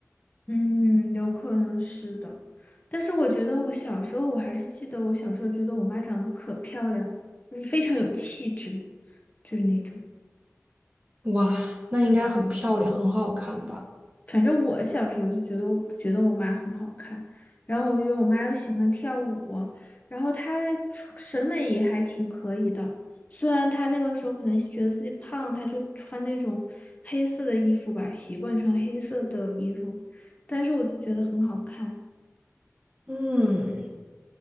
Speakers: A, on the left; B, on the right.
A: 嗯，有可能是的。但是我觉得我小时候，我还是记得我小时候觉得我妈长得可漂亮，就是非常有气质，就是那种。
B: 哇，那应该很漂亮，很好看吧？
A: 反正我小时候就觉得我觉得我妈很好看，然后因为我妈又喜欢跳舞，然后她穿审美也还挺可以的。虽然她那个时候可能觉得自己胖，她就穿那种黑色的衣服吧，习惯穿黑色的衣服，但是我就觉得很好看。
B: 嗯，